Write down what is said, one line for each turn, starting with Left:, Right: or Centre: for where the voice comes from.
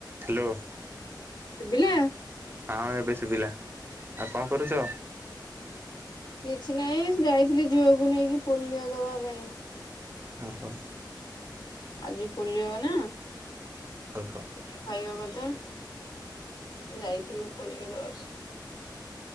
Right: Hello.
Left: ଶୁଭିଲା?
Right: ହଁ ଏବେ ଶୁଭିଲା। ଆଉ କଣ କରୁଚ?
Left: କିଛି ନାହିଁ ଯାଇଥିଲି ଝୁଅକୁ ନେଇକି ପୋଲିଓ ଦବା ପାଇଁ।
Right: ଓହୋ।
Left: ଆଜି ପୋଲିଓ ନା।
Right: ଓହୋ।
Left: ପୋଲିଓ ଖାଇବା କଥା। ଯାଇଥିଲି ପୋଲିଓ ଦବା ପାଇଁ।